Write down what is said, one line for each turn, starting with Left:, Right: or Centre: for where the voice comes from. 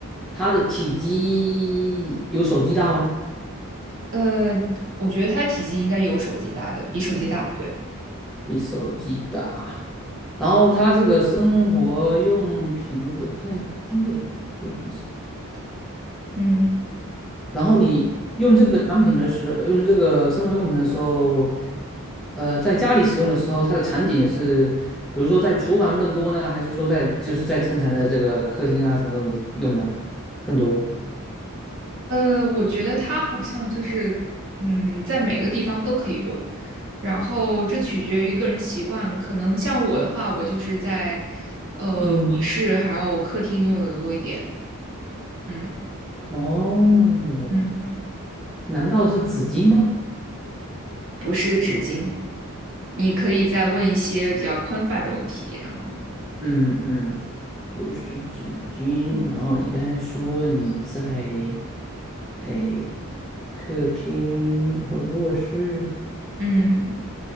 Centre: 它的体积有手机大吗？
Right: 呃，我觉得它体积应该有手机大的，比手机大，对，
Centre: 比手机大。然后它这个生活用品又不带电，又比手机。大。
Right: 嗯。
Centre: 然后你用这个产品的时候，用这个生活用品的时候，呃，在家里使用的时候，它的场景是，比如说在厨房更多呢，还是说在就是在正常的这个客厅啊什么东西用的更多？
Right: 呃，我觉得它好像就是，嗯，在每个地方都可以用，然后这取决于个人习惯。可能像我的话，我就是在呃卧室还有客厅用的多一点，
Centre: 嗯，
Right: 嗯
Centre: 哦，
Right: 嗯，
Centre: 难道是纸巾吗？
Right: 不是纸巾。你可以再问一些比较宽泛的问题，然后
Centre: 嗯嗯，不是纸巾。然后你刚才说你在诶客厅或者卧室。
Right: 嗯，